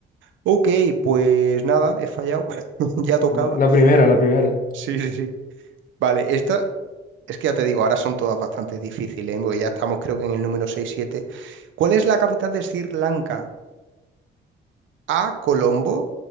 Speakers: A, on the right (about 75°); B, on the left (about 45°).
A: Ok, pues nada, he fallado. <laughs> Ya tocaba.
B: Bueno, la primera, la primera.
A: Sí, sí, sí. Vale, esta Es que ya te digo, ahora son todas bastante difíciles, ¿eh? Porque ya estamos creo que en el número seis siete. ¿Cuál es la capital de Sri Lanka? A, Colombo,